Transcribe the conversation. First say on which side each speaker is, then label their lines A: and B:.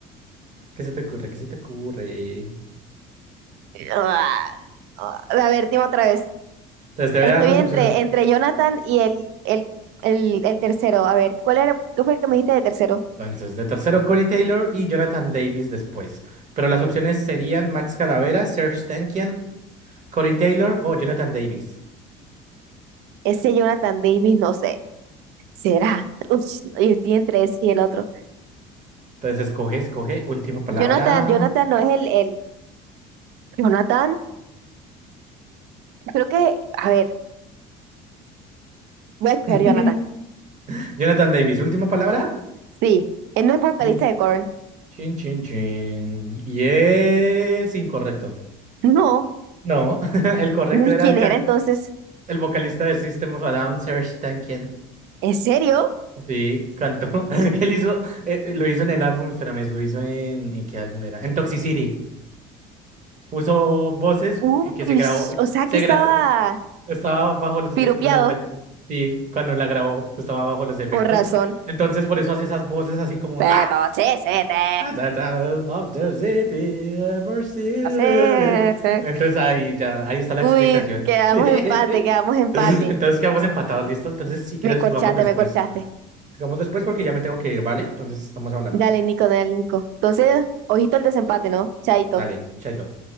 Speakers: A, on the right; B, on the right.
A: ¿Qué se te ocurre? ¿Qué se te ocurre?
B: Ah, ah. A ver, dime otra vez.
A: Entonces te
B: Estoy
A: voy a dar las
B: entre,
A: opciones.
B: entre Jonathan y el, el, el, el tercero. A ver, ¿cuál era? ¿Qué fue el que me dijiste de tercero?
A: Entonces, de tercero, Corey Taylor y Jonathan Davis después. Pero las opciones serían Max Calavera, Serge Tankian, Corey Taylor o Jonathan Davis.
B: Ese Jonathan Davis, no sé. ¿Será? <laughs> Uy, yo estoy entre ese y el otro.
A: Entonces, escoge, escoge. Última palabra.
B: Jonathan, Jonathan no es el, el. Jonathan, creo que. A ver, voy a escoger
A: <laughs>
B: Jonathan.
A: Jonathan Davis, última palabra.
B: Sí, él no es vocalista
A: Chin,
B: de Korn.
A: chin, chin, chin. Y es incorrecto.
B: No,
A: No, <laughs> el correcto
B: ni
A: era
B: quién
A: el, can-
B: era entonces.
A: el vocalista de System of a Down, Serge Tankian.
B: ¿En serio?
A: Sí, cantó. <laughs> Él hizo, eh, lo hizo en el álbum, espérame, lo hizo en, ¿en qué álbum era? En Toxicity. puso voces
B: Uy,
A: y que se grabó,
B: o sea
A: se
B: que estaba
A: gra- estaba bajo los
B: piropeado.
A: efectos de la guay- Sí, cuando la grabó estaba bajo los efectos.
B: Con razón.
A: Entonces por eso hace esas voces así como
B: Pepochisete,
A: Of the city, ever city.
B: <laughs>
A: Entonces ahí ya, ahí está la
B: Uy,
A: explicación.
B: quedamos
A: <laughs>
B: empate, quedamos empate.
A: Entonces quedamos empatados, ¿listo? Entonces si quieres
B: Me corchaste,
A: jugamos después.
B: me corchaste.
A: Jugamos después porque ya me tengo que ir, ¿vale? Entonces estamos hablando.
B: Dale, Nico, dale, Nico. Entonces, ojito el desempate, ¿no? Chaito.
A: Dale, chaito.